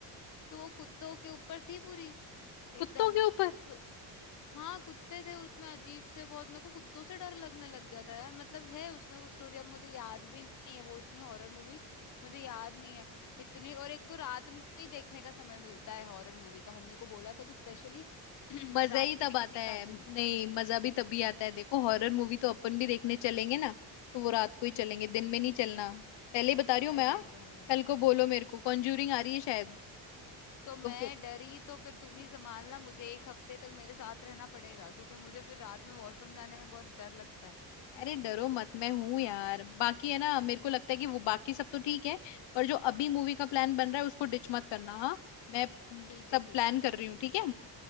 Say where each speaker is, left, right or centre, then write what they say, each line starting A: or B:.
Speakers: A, on the left; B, on the left.
A: तो वो कुत्तों के ऊपर थी पूरी एकदम
B: कुत्तों के ऊपर
A: तो हाँ कुत्ते थे उसमें अजीब से बहुत मेरे को कुत्तों से डर लगने लग गया था यार मतलब है उसमें वो स्टोरी अब मुझे याद भी नहीं है वो इतनी हॉरर मूवी मुझे याद नहीं है इतनी और एक तो रात में ही देखने का समय मिलता है हॉरर मूवी का मम्मी को बोला था कि स्पेशली <clears throat>
B: मजा
A: रात
B: ही
A: की
B: तब
A: टिकट
B: आता
A: निकालते
B: है नहीं
A: हो
B: मजा भी तभी आता है देखो हॉरर मूवी तो अपन भी देखने चलेंगे ना तो वो रात को ही चलेंगे दिन में नहीं चलना पहले ही बता रही हूँ मैं
A: अरे
B: हाँ
A: भाई
B: कल को
A: साहब
B: बोलो मेरे को कॉन्ज्यूरिंग आ रही है शायद
A: तो मैं
B: तो फिर
A: डरी तो फिर तुम ही संभालना मुझे एक हफ्ते तक मेरे साथ रहना पड़ेगा क्योंकि मुझे फिर रात में वॉशरूम जाने में बहुत डर लगता है
B: अरे डरो मत मैं हूं यार बाकी है ना मेरे को लगता है कि वो बाकी सब तो ठीक है पर जो अभी मूवी का प्लान बन रहा है उसको डिच मत करना हाँ मैं
A: ठीक
B: सब
A: है ठीक
B: प्लान
A: है
B: कर रही हूँ ठीक है